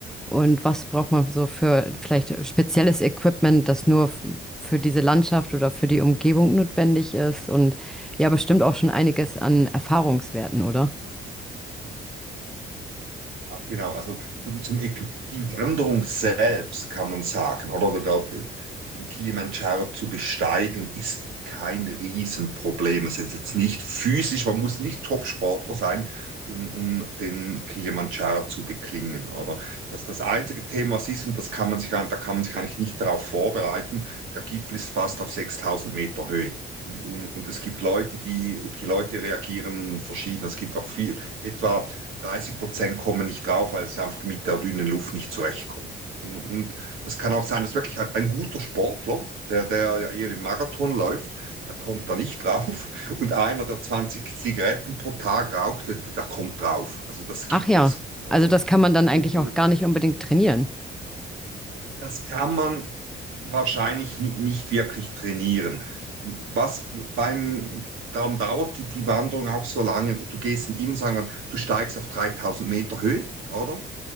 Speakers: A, in the centre; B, on the right.
A: und was braucht man so für vielleicht spezielles Equipment, das nur f- für diese Landschaft oder für die Umgebung notwendig ist und ja, bestimmt auch schon einiges an Erfahrungswerten, oder?
B: Ah, Genau, also zum, zum Äqu- die Wanderung selbst kann man sagen, oder der, den Kilimanjaro zu besteigen, ist kein Riesenproblem. Es ist jetzt nicht physisch, man muss nicht Topsportler sein, um, um den Kilimanjaro zu beklingen, oder? Das ist das einzige Thema, was ist, und das kann man sich, ein- da kann man sich eigentlich nicht darauf vorbereiten. Der Gipfel ist fast auf 6000 Meter Höhe. Und, und, und es gibt Leute, die, die Leute reagieren verschieden. Es gibt auch viel, etwa 30 Prozent kommen nicht drauf, weil sie einfach mit der dünnen Luft nicht zurechtkommen. Und, und das kann auch sein, dass wirklich halt ein guter Sportler, der, der ja eher im Marathon läuft, der kommt da nicht drauf. Und einer, der 20 Zigaretten pro Tag raucht, der, der kommt drauf. Also das gibt
A: Ach ja,
B: es. Oder?
A: also das kann man dann eigentlich
B: Und
A: auch gar nicht unbedingt trainieren.
B: das kann man wahrscheinlich nicht wirklich trainieren. Was beim, darum dauert die, die Wanderung auch so lange. Du gehst dann immer, sagen wir, du steigst auf 3000 Meter Höhe, oder?